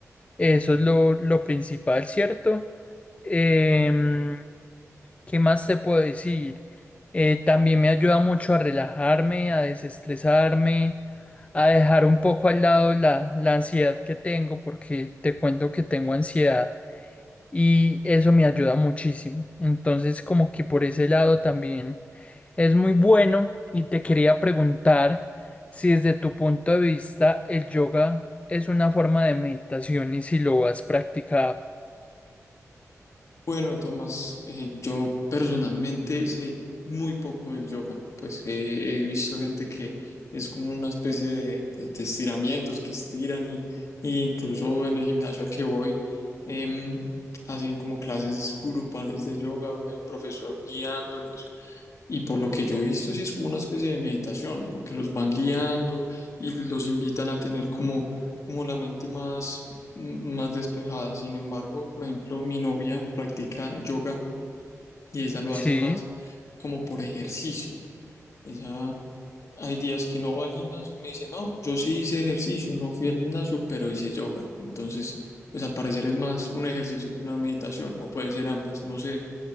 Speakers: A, on the left; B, on the left.
A: Eso es lo, lo principal, ¿cierto? Em, ¿Qué más te puedo decir? Eh, también me ayuda mucho a relajarme, a desestresarme, a dejar un poco al lado la, la ansiedad que tengo, porque te cuento que tengo ansiedad y eso me ayuda muchísimo. Entonces, como que por ese lado también es muy bueno y te quería preguntar si desde tu punto de vista el yoga es una forma de meditación y si lo has practicado.
B: Bueno, Tomás, eh, yo personalmente sé muy poco del yoga, pues eh, he visto gente que es como una especie de, de- de estiramientos que estiran y, y incluso en el gimnasio al que voy em, hacen como clases grupales de yoga donde hay un profesor guiándolos y por lo que yo he visto, sí es como una especie de meditación, porque los van guiando y los invitan a tener como, como la mente más, m- más despejada. Sin embargo, por ejemplo, mi novia practica yoga y ella lo
A: Sí.
B: hace más como por ejercicio. Ella hay días que no va al gimnasio y me dice, no, yo sí hice ejercicio, no fui al gimnasio, pero hice yoga. Entonces, pues al parecer es más un ejercicio que una meditación, o puede ser ambas. No sé,